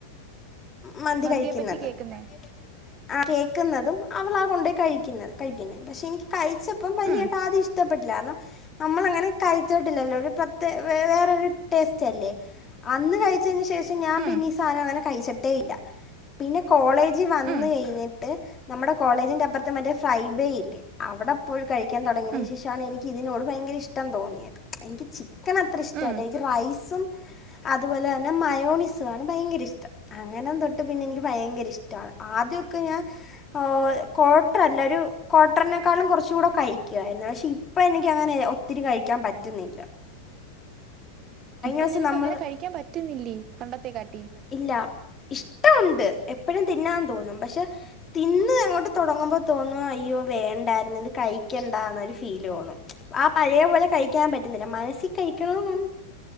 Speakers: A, on the left (about 20°); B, on the right (about 35°).
A: മന്തി
B: മന്തിയെ
A: കഴിക്കുന്നത്.
B: പറ്റി കേൾക്കുന്നേ
A: മന്തിയെ പറ്റി ആഹ് കേക്കുന്നതും അവളാ കൊണ്ടേയി കഴിക്കുന്നത് കഴിക്കുന്ന പക്ഷെ എനിക്ക് കഴിച്ചപ്പം വലിയട്ടാദ്യം
B: ഉം
A: ഇഷ്ടപ്പെടില്ലാര്ന്നു. നമ്മള് അങ്ങനെ കഴിച്ചിട്ടില്ലല്ലോ ഒരു പ്രത്യ വേറൊരു ടേസ്റ്റല്ലേ അന്ന് കഴിച്ചയ്ന് ശേഷം ക്ഷെ ഞാൻ
B: ഉം
A: പിന്നി സാധം അങ്ങനെ കഴിച്ചെട്ടേ ഇല്ല പിന്നെ കോളേജിൽ വന്ന്
B: ഉം
A: കഴിഞ്ഞിട്ട് നമ്മടെ കോളേജിന്റെപ്പെറ്ത്തെ മറ്റെ ഫൈബെയില്ലേ അവടെപ്പോയി കഴിക്കാൻ തൊടങ്ങ്യെയ്ന്
B: ഉം
A: ശേഷാണ് എനിക്കിതിനോട് ഭയങ്കര ഇഷ്ടം തോന്നിയത് എനിക്ക് ചി ക്കനത്ര ഇഷ്ടല്ല
B: ഉം
A: ഇൻക്ക് റൈസും അത്പോലെന്നെ മയോണി സും ആണ് ഭയങ്കര ഇഷ്ടം അങ്ങനെം തൊട്ട് പിന്നെ ഇൻക്ക് ഭയങ്കര ഇഷ്ടാണ് ആദ്യൊക്കെ ഞാൻ ഏഹ് ക്വാട്ടറല്ല ഒരു ക്വാർട്ടറിനെക്കാളും കൊർച്ചൂടെ കഴിക്കുവായിരുന്നു പക്ഷെ ഇപ് പ്പ എനിക്കങ്ങാനെ ഒത്തിരി കഴിക്കാൻ പറ്റ്ന്നില്ല.
B: ഇപ്പൊ
A: ദിവസം
B: നിനക്ക്
A: നമ്മൾ
B: അങ്ങനെ കഴിക്കാൻ പറ്റ്ന്നില്ലേ പണ്ടത്തെ കാട്ടിം
A: ഇല്ല ഇഷ്ട്ടുണ്ട് എപ്പഴും തിന്നാൻ തോന്നും പക്ഷെ തിന്നങ്ങോട്ട് തൊടങ്ങുമ്പോ തോന്നും അയ്യോ വേണ്ടായിര്ന്നു ഇത് കഴിക്കണ്ട ന്നൊരു ഫീലോന്നും. ആ പഴേ പോലെ കഴിക്കാൻ പറ്റ്ന്നില്ല മനസ്സി കഴിക്കണൊന്നു